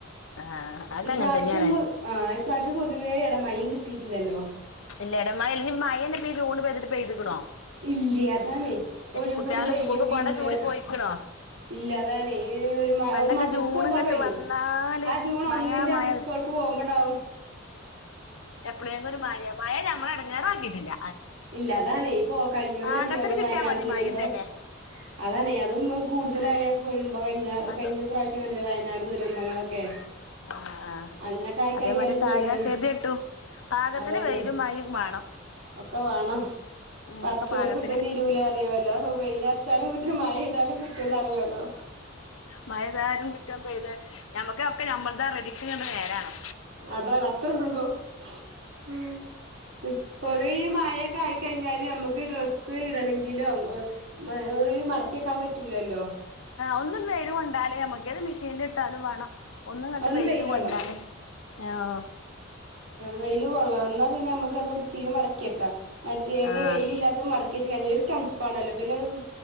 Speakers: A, on the left; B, on the right.
A: ആഹ് ആഹ് അതങ്ങനെ
B: ഈ പ്രാവശ്യം
A: തന്നെയാണ്
B: ആ ഈ പ്രാവശ്യം പൊതുവെ ഇട മഴയ്യും കിട്ടിയിട്ടില്ലല്ലോ
A: ഇല്ല ഇടമാഴയില്ല ഇനി മഴായാന്നെ ജൂൺൽ പെയ്തിരിക്കണോ
B: ഇല്ല അതാണ് ഒരു ദിവസം
A: കുട്ട്യാള്
B: ഒന്ന് പെയ്യും
A: സ്കൂൾക്ക്
B: പിന്നെ
A: കൊട ചൂടി പോയിക്ക്ണോ
B: ഇല്ല അതാണെ ഈ
A: പണ്ടൊക്കെ
B: മദ്രസ്സക്ക്
A: ജൂണ്
B: പോവുമ്പോ
A: ഇങ്ങട്ട്
B: പെയ്യും
A: വന്നാല്
B: ആ ജൂൺ
A: മഴ
B: ഒന്നിന്റെ
A: മഴ
B: അന്ന് സ്കൂളിയ്ക്ക് പോവുമ്പോ ഇണ്ടാവും
A: എപ്പോളെങ്കിലും ഒരു മഴ പിന്നെ നമ്മളെ ഇടങ്ങേറാക്കിയിട്ടില്ല
B: ഇല്ല അതാണെ ഇപ്പൊ കഴിഞ്ഞാകൊല്ലം
A: പാകത്തിന്
B: കണ്ടില്ലേ ഒരേ വയനാട്
A: കിട്ടിയാ മതി
B: ദുരന്തം
A: മഴിം തന്നെ
B: അതാണെ കൂടുതൽ ആയാ പെടും ഒക്കെ കഴിഞ്ഞാൽ
A: അതോ
B: കഴിഞ്ഞാ പ്രാവശ്യം കണ്ടില്ലേ വയനാട് ദുരന്തം ദുരന്തങ്ങളൊക്കെ
A: ആ ആ
B: അങ്ങനൊക്കെ ആയി
A: അതേമാതിരി
B: കഴിഞ്ഞാലും പേടിയാണ്
A: ആയാ എന്ത് കിട്ടും ഭാഗത്തിന്
B: അതാണ്
A: വെയിലുംമായേ വേണം
B: ഒക്കെ വേണം
A: ഉം
B: പടച്ചോനെ
A: ഒക്കെ പാകത്തിന്
B: കുറ്റം തീരൂല അറിയൂല വെയിൽ ഉറച്ചാലും കുറ്റം മഴപെയ്താലും കുറ്റം എന്നറിയോലോ
A: മഴപെയ്താലും കുറ്റം നമ്മൾക്കൊക്കെ നമ്മളത് റെഡി നേരാണോ
B: അതാ അത്രയേ ഉള്ളൂ <unintelligible> ഇപ്പഴി ഈ മഴയൊക്കെ ആയി കഴിഞ്ഞാൽ നമുക്ക് ഡ്രസ്സ് ഇടണം എങ്കിലും <unintelligible> മടക്കി വെക്കാൻ പറ്റില്ലല്ലോ
A: ഒന്ന് വെയില് കൊണ്ടാലേ നമുക്ക് അത് മെഷീനിൽ ഇട്ടാലും വേണം ഒന്നങ്ങോട്ട്
B: അതൊന്ന്
A: വെയില്
B: കൊള്ളണം
A: കൊണ്ടാലേ ഞാ ആ
B: വെയില് കൊള്ളണം ന്നാ പിന്നെ അമക്ക് അത് വൃത്തിയിൽ മടക്കി ക്കയ്ക്കാ മറ്റേത്
A: ആഹ്
B: വെയിലില്ലാത്ത മടക്കിവെച്ച് കഴിഞ്ഞാൽ ഒരു ത് തണുപ്പാണല്ലോ പിന്നെ അത്